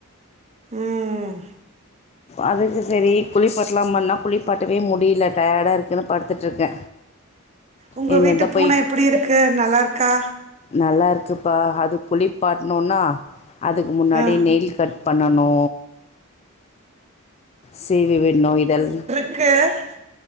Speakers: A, on the right; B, on the left.
A: ம் ம்
B: அதுக்கு சரி குளிப்பாட்லாமானா குளிப்பாட்டவே முடில டயடா இருக்குனு படுத்துட்ருக்கே
A: உங்க
B: இனிமேல்
A: வீட்டு
B: தா
A: பூன
B: போய்
A: எப்படி இருக்கு நல்லா இருக்கா
B: நல்லா இருக்குப்பா அது குளிப்பாட்னோனா அதுக்கு முன்னாடி
A: ஆ
B: நெயில் கட் பண்ணணு சீவி விண்ணு இதலா
A: க